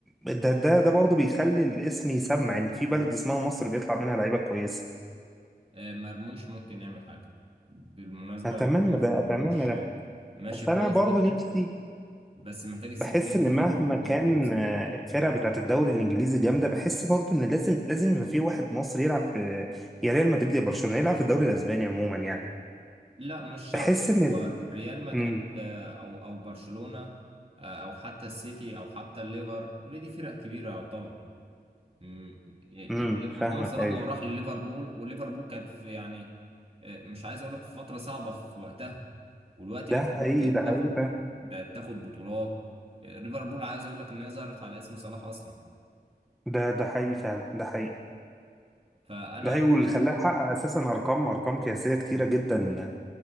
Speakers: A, in the centre; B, on the right (about 35°).
A: ده ده ده برضه بيخلي الاسم يسمع ان في بلد اسمها مصر بيطلع منها لعيبه كويسه
B: آه، مرموش ممكن يعمل حاجة بالمناسبة
A: اتمنى
B: انا شايف
A: ده
B: ان
A: اتمنى
B: مرموش
A: ده
B: آه، ماشي
A: بس
B: كويس
A: انا برضه
B: جدا
A: نفسي
B: بس محتاج السيتي
A: بحس
B: هي اللي
A: ان مهما كان
B: تظبط نفسها
A: آه، الفرقه بتاعت الدوري الانجليزي جامده بحس برضه ان لازم لازم يبقى في واحد مصري يلعب في يا ريال مدريد يا برشلونه يلعب في الدوري الاسباني عموما يعني
B: لا مش شرط
A: بحس ان
B: هو ريال مدريد
A: امم
B: آه، او او برشلونة آه، او حتى السيتي او حتى الليفر كل دي فرق كبيرة يعتبر مم، ي-
A: امم
B: ي- محمد
A: فاهمك
B: صلاح
A: ايوه
B: ما هو راح لليفربول وليفربول كانت في يعني آه، مش عايز اقول لك في فترة صعبة في وقتها ودلوقتي
A: ده
B: ليفربول
A: حقيقي
B: بقت
A: ده حقيقي
B: تاخد
A: فعلا.
B: بقت تاخد بطولات آه، ليفربول عايز اقول لك ان هي ظهرت على اسم صلاح اصلا
A: ده ده حقيقي فعلا ده حقيقي
B: فانا
A: ده حقيقي واللي خلاه يحقق اساسا ارقام ارقام قياسيه كتيره جدا